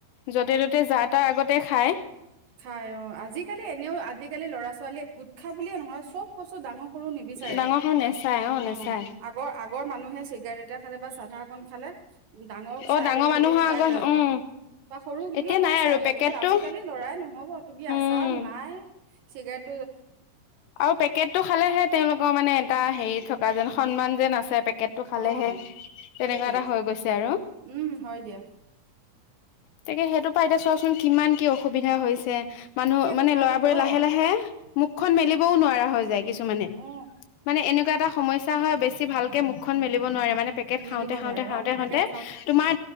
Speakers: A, on the left; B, on the right.
A: য'তে, ত'তে, যা, তাৰ আগতে খায়।
B: খায় অ'! আজিকালি এনেও, আজিকালি ল'ৰা ছোৱালীয়ে গোটখা বুলিয়ে নহয় চব বস্তু ডাঙৰ সৰু নিবিচাৰেতো
A: ডাঙৰ সৰু নেচাই নেচাই।
B: অ'! আগৰ, আগৰ মানুহে চিগাৰেট এটা খালে বা চাধা অকন খালে ডাঙৰক
A: অ
B: চাই
A: ডাঙৰ
B: লয়, সৰুক
A: মানুহৰ
B: চাই
A: আগত
B: লয়
A: উম
B: বা সৰু সবিলাককো
A: এতিয়া নাই
B: চাই
A: আৰু
B: লয়।
A: পেকেটটো
B: কিন্তু, আজিকালি ল'ৰাই নহ'ব তুমি
A: উম
B: আছা, নাই চিগাৰেট
A: আৰু পেকেটটো খালেহে তেওঁলোকৰ মানে এটা হেৰি থকা যেন সন্মান যেন আছে পেকেটটো খালেহে
B: অ
A: তেনেকুৱা
B: সেইটোৱে
A: এটা হৈ গৈছে আৰু
B: উম হয় দিয়া।
A: তাকে সেইটো পৰা এতিয়া চোৱাচোন কিমান কি অসুবিধা হৈছে মানুহ
B: এতিয়া
A: মানে
B: কথাটো
A: ল'ৰাবোৰে
B: অ
A: লাহে লাহে মুখখন মেলিবও নোৱাৰা হৈ যায় কিছুমানে
B: অ
A: মানে এনেকুৱা এটা সমস্যা তাৰ হৈ বেছি ভালকে মুখখন মেলিব নোৱাৰে ৱাৰে মানে পেকেট খাওঁতে
B: মেলিব
A: খাওঁতে
B: নোৱাৰে
A: খাওঁতে
B: অ পেকেট
A: খাওঁতে তোমাৰ